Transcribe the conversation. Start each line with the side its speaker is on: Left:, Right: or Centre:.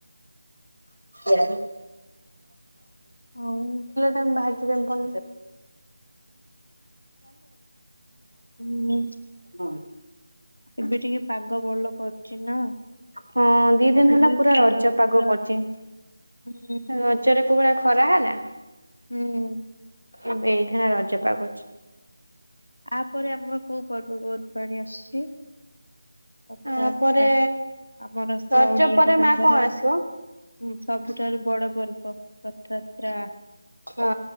Right: <unintelligible> ତେଲ
Left: ଆଉ
Right: ଟା ଭ
Left: ଉଁ
Right: <unintelligible>
Left: ଏବେ ଟିକେ ପାଗ ଭଲ କରୁଛି ନା।
Right: ହଁ ଦି ଦିନ
Left: ଆଗରୁ
Right: ହେଲା
Left: ଯୋଉ
Right: ପୁରା
Left: ଖରା
Right: ରଜ
Left: ହଉଥିଲା
Right: ପାଗ କରିଛି।
Left: ହୁଁ
Right: ରଜ ରେ କୋଉ ଭଳିଆ ଖରା ହେଲା?
Left: ହୁଁ।
Right: ଏବେ ଏଇଖିନା ରଜ ପାଗ ଅଛି।
Left: ଆ ପରେ ଆମର କୋଉ ପର୍ବ ପର୍ବାଣୀ ଆସୁଛି? ରଥଯାତ୍ରା।
Right: ଆ ପରେ
Left: ଆମର
Right: ରଜ
Left: ଓଡିଆ
Right: ପରେ
Left: ମାନଙ୍କର
Right: ମା କଣ ଆସିବ?
Left: ହୁଁ, ସବୁଠାରୁ ବଡ ପର୍ବ ରଥଯାତ୍ରା।
Right: ହଁ,